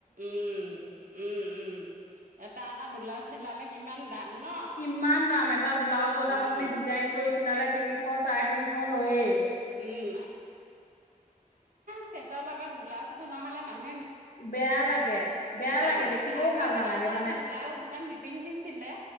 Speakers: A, on the right (about 70°); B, on the left (about 80°).
A: উম উম উম এটা এটা ব্লাউজ চিলালে কিমান দাম ন
B: কিমান দাম এটা ব্লাউজৰ দাম
A: উম
B: আপুনি ডিজাইন কৈছ চিলালে তিনিশ চাৰে তিনিশ লৈয়ে
A: উম চছেটৰ লগত ব্লাউজটো নহলে মানুহ
B: বেয়া লাগে বেয়া
A: অ
B: লাগে দেখিবও
A: আগৰ
B: ভাল
A: দিনত
B: নালাগে মানে
A: আৰু ব্লাউজ ইমান নিপিন্ধিছিলে